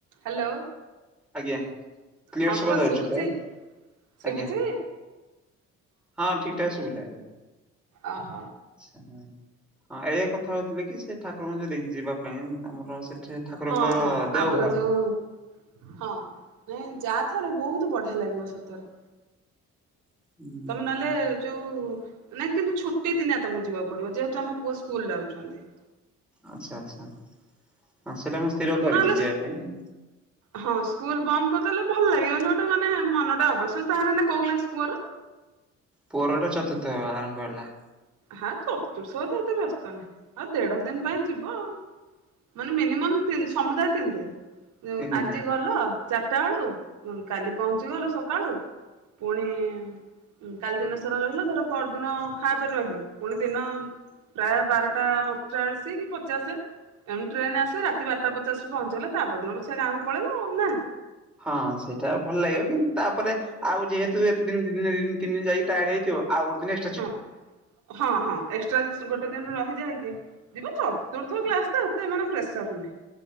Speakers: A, on the right; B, in the centre.
A: Hello.
B: ଆଜ୍ଞା clear
A: ହଁ
B: ଶୁଭା
A: ପୁଅ
B: ଯାଉଛି
A: ଶୁଭୁଚି
B: ତ ଆଜ୍ଞା
A: ଶୁଭୁଚି?
B: ହଁ ଠିକଠାକ ଶୁବିଲା ଏବେ।
A: ଆହ।
B: ଆଛା ମୁଁ ହଁ ଏଇଆ କଥା ହୋଉଥିଲେ କି ସେ ଠାକୁରଙ୍କୁ ଯଦି ଯିବାପାଇଁ ଆମର ସେଠି ଠାକୁରଙ୍କ
A: ହଁ ହଁ
B: ଦେଓଘର
A: ଆମର ଯୋଉ ହଁ ନାଇଁ ଯାଆ ଥରେ ବୋହୁତ ବଢିଆ ଲାଗିବ ସତରେ।
B: ଉଁ
A: ତମେ ନ ହଲେ ଯୋଉ ନାଇଁ କିନ୍ତୁ ଛୁଟି ଦିନିଆ ତମକୁ ଯିବାକୁ ପଡିବ ଯେହେତୁ ଆମ ପୁଅ ସ୍କୁଲ ଯାଉଛନ୍ତି।
B: ଆଚ୍ଛା ଆଚ୍ଛା ହଁ ସେଟା ମୁଁ ସ୍ଥିର କରିଚି
A: ନହେଲେ
B: ଯିବା ପାଇଁ।
A: ହଁ ସ୍କୁଲ ବନ୍ଦ କରିଦେଲେ ଭଲ ଲାଗିବନି ଗୋଟେ ମାନେ ମନଟା ଅବଶ୍ୟ ତାରେ ନା କୋଉ କ୍ଲାସ ପୁଅର?
B: ପୁଅର ଏଟା ଚତୁର୍ଥ ହବା ଆରମ୍ଭ ହେଲା।
A: ହାଁ ଚତୁର୍ଥ ତ ଏତେ ବ୍ୟସ୍ତ ନାହିଁ ଆଉ ଦେଢ ଦିନ ପାଇଁ ଯିବ ଆଉ। ମାନେ ମିନିମମ୍ ତିନ୍ ସମୁଦାୟ ତିନି ଦିନ ଯୋଉ
B: ତିନି ଦିନ
A: ଆଜି
B: ଆଜ୍ଞା
A: ଗଲ ଚାରଟା ବେଳୁ ଉଁ କାଲି ପହଞ୍ଚିଗଲ ସକାଳୁ ପୁଣି ଉଁ କାଲି ଦିନସାରା ରହିଲ ଧର ପଅରଦିନ ହାପେ ରହିଲ। ପୁଣି ଦିନ ପ୍ରାୟ ବାରଟା ଅରଚାଳିଶି କି ପଚାଶେ ଏମି ଟ୍ରେନେ ଆସେ ରାତି ବାରଟା ପଚଶରୁ ପହଞ୍ଚିଗଲେ ତାପରଦିନ ପଛେ ଗାଁକୁ ପଳେଇବ ଆଉ ନା।
B: ହଁ ସେଇଟା ଭଲ ଲାଗିବ କିନ୍ତୁ ତାପରେ ଆଉ ଯେହେତୁ ଏତେ ଦିନ୍ ଦି ଦିନ୍ ଦି ଦିନ୍ ତିିନ ଦିନ ଯାଇକି ଟାଏଡ ହେଇଥିବ ଆଉ ଗୋଟେ ଦିନ ଏସ୍
A: ହଁ ହଁ ହଁ ଏକ୍ସଟ୍ରା ଗୋଟେ ଦିନ ରହିଯାଇକି ଯିବ ଚତୁର୍ଥ କ୍ଲାସ ତ ହେତେ ମାନେ ପ୍ରେସର ନାହିଁ।